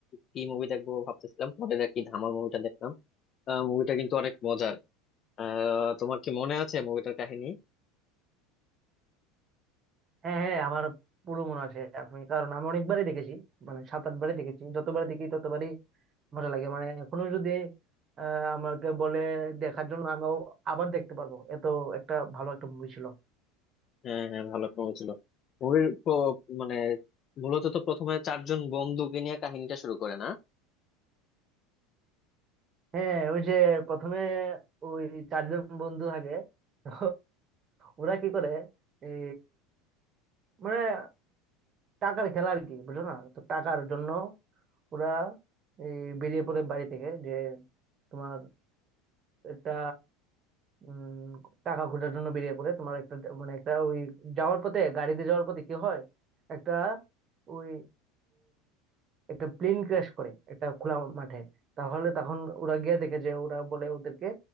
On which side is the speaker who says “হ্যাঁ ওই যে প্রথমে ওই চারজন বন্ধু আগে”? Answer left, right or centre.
Right